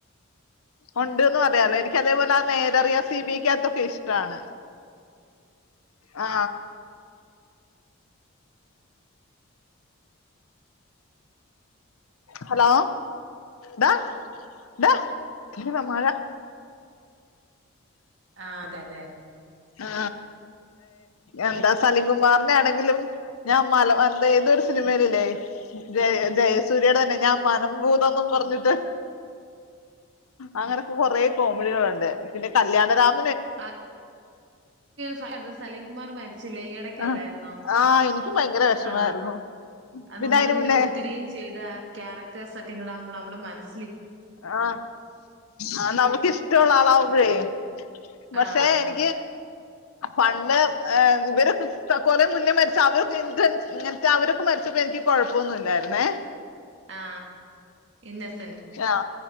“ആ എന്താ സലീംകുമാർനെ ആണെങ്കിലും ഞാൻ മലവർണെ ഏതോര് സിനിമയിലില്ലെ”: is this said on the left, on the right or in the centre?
Left